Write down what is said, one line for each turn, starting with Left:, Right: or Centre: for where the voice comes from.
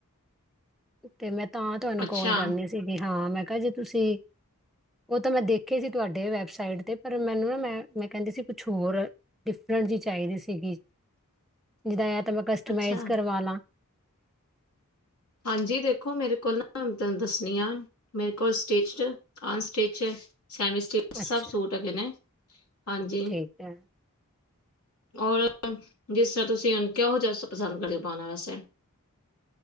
Centre: ਤੇ ਮੈਂ ਤਾਂ ਤੁਹਾਨੂੰ
Left: ਅੱਛਾ
Centre: ਕੋਲ ਕਰਨੀ ਸੀ, ਬਈ ਹਾਂ ਮੈਂ ਕਿਹਾ ਜੇ ਤੁਸੀ ਤੇ ਮੈਂ ਦੇਖੇ ਸੀ ਤੁਹਾਡੇ ਵੈਬਸਾਈਟ ਤੇ, ਪਰ ਮੈਨੂੰ ਨਾ, ਮੈਂ ਮੈਂ ਕਹਿੰਦੀ ਸੀ ਕੁਛ ਹੋਰ ਡਿਫਰੈਂਟ ਜਿਹੀ ਚਾਹੀਦੀ ਸੀਗੀ।
Left: <inaudible>
Centre: ਜਿੱਦਾ ਇਹ ਤਾ ਮੈਂ ਕਸਟਮਾਈਜ਼
Left: ਅੱਛਾ
Centre: ਕਰਵਾ ਲਾਂ।
Left: ਹਾਂਜੀ ਦੇਖੋ ਮੇਰੇ ਕੋਲ ਨਾ ਦ ਦੱਸਨੀਆਂ, ਮੇਰੇ ਕੋਲ ਸਟੀਚਟ ਅਨਸਟਿਚ, ਸੈਮੀ ਸਟਿਚ, ਸਭ
Centre: ਅੱਛਾ
Left: ਸੂਟ ਹੈਗੇ ਨੇਂ। ਹਾਂਜੀ!
Centre: ਠੀਕ ਹੈ,
Left: ਔਰ ਜਿਸ ਤਰਾ ਤੁਸੀ, ਕਿਹੋ ਜਿਹਾ ਇਹ ਸਭ ਪਸੰਦ ਕਰਦੇ ਹੋ ਪਾਓਨਾ ਵੈਸੇ?